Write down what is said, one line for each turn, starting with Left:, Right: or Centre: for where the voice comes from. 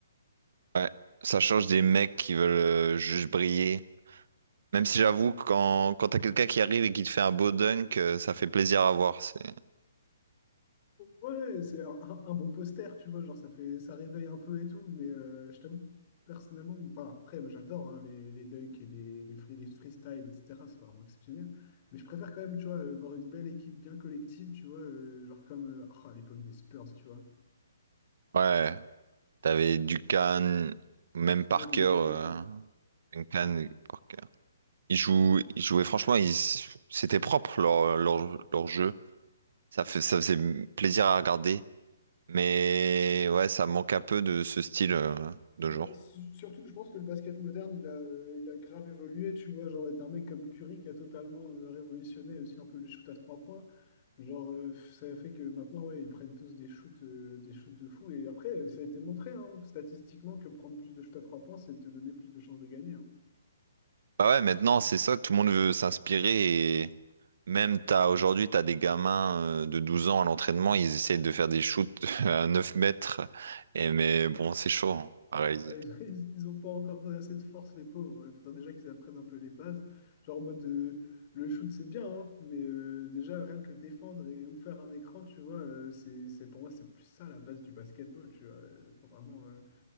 Right: Ouais. Ça change des mecs qui veulent euh, juste briller. Même si j'avoue, que quand, quand t'as quelqu'un qui arrive et qui te fait un beau dunk, euh, ça fait plaisir à voir. C'est,
Left: Ouais, c'est un, un- un bon poster, tu vois, genre, ça fait, ça réveille un peu et tout, mais euh, je t'avoue, personnellement, enfin, après, moi, j'adore hein, les, les dunks et les, les, free, les freestyles, etc., c'est vraiment exceptionnel. Mais je préfère quand même, tu vois, euh, voir une belle équipe bien collective, tu vois, euh, genre comme euh, oh, à l'époque des Spurs, tu vois.
Right: ouais. T'avais Duncan, même Parker.
Left: Ouais, Duncan.
Right: Euh, Duncan, Parker. Ils jouaient, ils jouaient franchement, ils, c'était propre leur, leur, leur jeu. Ça fait, ça faisait plaisir à regarder. Mais ouais, ça manque un peu de ce style euh, de
Left: Bah,
Right: jour.
Left: su- surtout que je pense que le basket moderne, il a, euh, il a grave évolué, tu vois, genre, t'as un mec comme Curry qui a totalement euh, révolutionné aussi un peu le shoot à trois points. Genre, euh, ça fait que maintenant, ouais, ils prennent tous des shoots, euh, des shoots de fou. Et après, euh, ça a été montré, hein, statistiquement, que prendre plus de shoots à trois points, c'est te donner plus de chances de gagner. hein.
Right: Bah ouais, maintenant, c'est ça, tout le monde veut s'inspirer. Et même t'as, aujourd'hui, t'as des gamins euh, de 12 ans à l'entraînement, ils essayent de faire des shoots <laughs> à 9 mètres. Et, mais bon, c'est chaud hein, à réaliser.
Left: Ouais, Ils, ils, ils ont pas encore assez de force, les pauvres. Il faudrait déjà qu'ils apprennent un peu les bases. Genre en mode euh, le shoot, c'est bien, hein, mais euh, déjà rien que défendre et ou faire un écran, tu vois, euh, c'est, c'est, pour moi, c'est plus ça la base du basketball, tu vois. Euh, Faut vraiment, euh,